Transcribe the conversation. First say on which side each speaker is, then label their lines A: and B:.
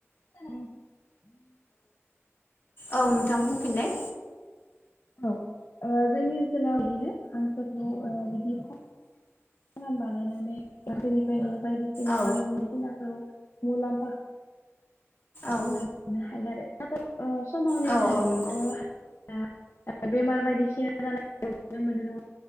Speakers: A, on the left; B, on the left.
A: <unintelligible>
B: औ नोंथाङा बुंफिनलाय
A: औ जोंनि ओनसोलाव बिदिनो हांसोखौ बिदि फाराम बानायनानै <unintelligible> निफ्रायनो बायदिसिना
B: औ
A: नांगौ <unintelligible> मुलाम्फा मोननो
B: औ
A: हायो आरो नाथाय समाव
B: औ औ नंगौ
A: <unintelligible> दा बेमार बायदिसिना जानाय नुनो मोनो